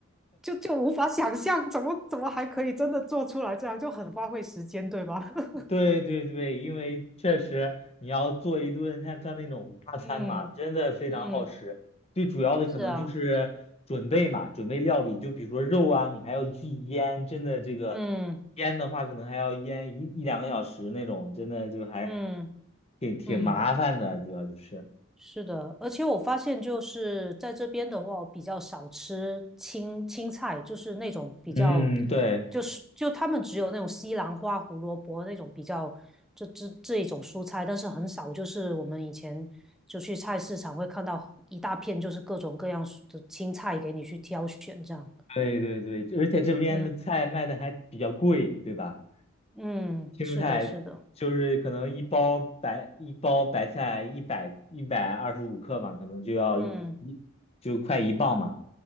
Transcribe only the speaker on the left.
对对对，因为确实你要做一顿像像那种大餐嘛，
真的非常耗时。
最主要的可能就是准备嘛，
准备料理，就比如说肉啊，你还要去腌，真的这个
腌的话，可能还要腌一一两个小时那种，真的就还
挺挺麻烦的，
主要就是。
嗯，对
对对对，而且这边的菜卖的还比较贵，
对吧？
青蔬菜就是可能一包白一包白菜一百一百二十五克嘛，
可能就要一一就快一磅嘛，